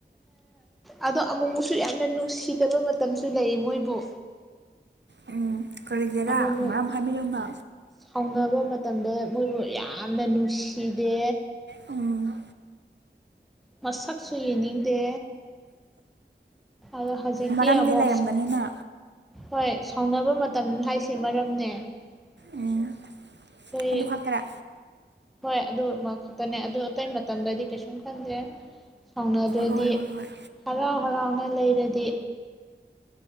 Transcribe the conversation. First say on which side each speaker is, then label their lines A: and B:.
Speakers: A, in the centre; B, on the right (about 70°).
A: ꯑꯗꯣ ꯑꯃꯨꯛꯨꯛꯁꯨ ꯌꯥꯝꯅ ꯅꯨꯡꯁꯤꯗꯕ ꯃꯇꯝꯁꯨ ꯂꯩ ꯃꯣꯏꯕꯨ
B: ꯎꯝ ꯀꯔꯤꯒꯤꯔꯥ
A: ꯑꯃꯨꯛ ꯑꯃꯨꯛ
B: ꯃꯔꯝ ꯍꯥꯏꯕꯤꯌꯨꯅ
A: ꯁꯥꯎꯅꯕ ꯃꯇꯝꯗ ꯃꯣꯏꯕꯨ ꯌꯥꯝꯅ ꯅꯨꯡꯁꯤꯗꯦ
B: ꯎꯝ
A: ꯃꯁꯛꯁꯨ ꯌꯦꯡꯅꯤꯡꯗꯦ ꯑꯣ ꯍꯧꯖꯤꯗꯤꯤ
B: ꯃꯔꯝꯗꯤ
A: ꯌꯥꯝꯃꯣ
B: ꯂꯩꯔꯝꯒꯅꯤꯅ
A: ꯍꯣꯏ ꯁꯥꯎꯅꯕ ꯃꯇꯝ ꯍꯥꯏꯁꯤ ꯃꯔꯝꯅꯦ ꯑꯩꯈꯣꯏ
B: ꯎꯝ ꯑꯗꯨ ꯈꯛꯇꯔ
A: ꯍꯣꯏ ꯑꯗꯨ ꯈꯛꯇꯅꯦ ꯑꯗꯨ ꯑꯇꯩ ꯃꯇꯝꯗꯗꯤ ꯀꯩꯁꯨꯝ ꯈꯟꯗꯦ ꯁꯥꯎꯅꯗ꯭ꯔꯗꯤ
B: ꯍꯣꯏ ꯍꯣꯏ ꯍꯣꯏ
A: ꯍꯔꯥꯎ ꯍꯔꯥꯎꯅ ꯂꯩꯔꯗꯤ